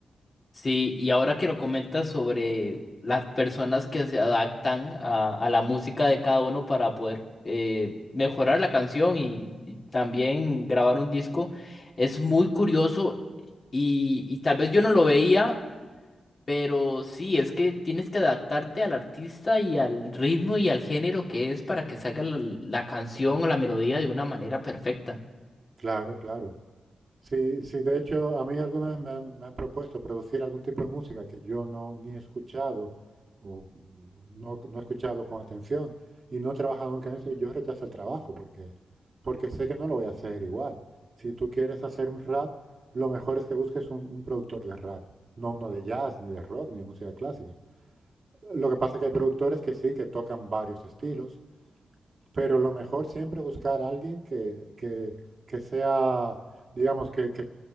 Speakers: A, on the left; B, on the right.
A: Sí, y ahora que lo comentas sobre las personas que se adaptan a, a la música de cada uno para poder eh, mejorar la canción y, y también grabar un disco, es muy curioso y, y tal vez yo no lo veía, pero sí, es que tienes que adaptarte al artista y al ritmo y al género que es para que salga la la canción o la melodía de una manera perfecta.
B: Claro, claro. Sí, sí, de hecho, a mí alguna vez me han, me han propuesto producir algún tipo de música que yo no ni he escuchado o no, no he escuchado con atención y no he trabajado nunca en eso y yo rechazo el trabajo porque, porque sé que no lo voy a hacer igual. Si tú quieres hacer un rap, lo mejor es que busques un, un productor de rap, no uno de jazz, ni de rock, ni de música clásica. Lo que pasa es que hay productores que sí, que tocan varios estilos pero lo mejor siempre buscar a alguien que, que- que sea, digamos, que, que-